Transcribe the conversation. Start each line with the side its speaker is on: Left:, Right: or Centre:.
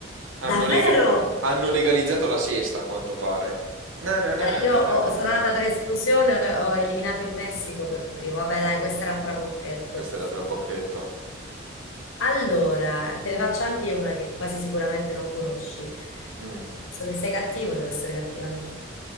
Right: Hanno,
Left: Davvero?
Right: lega- hanno legalizzato la sesta, a quanto pare. Na, na,
Left: Cioè,
Right: na, na,
Left: io
Right: na,
Left: ho-
Right: na, na,
Left: sono
Right: na,
Left: andata
Right: na.
Left: per esclusione, ho eliminato il Messico per primo. Vabbè, dai, questa era a trabocchetto.
Right: Questa era trabocchetto.
Left: Allora, te ne faccio anche una che quasi sicuramente non conosci.
Right: Mm.
Left: So che sei cattivo, devo essere cattiva anch'io.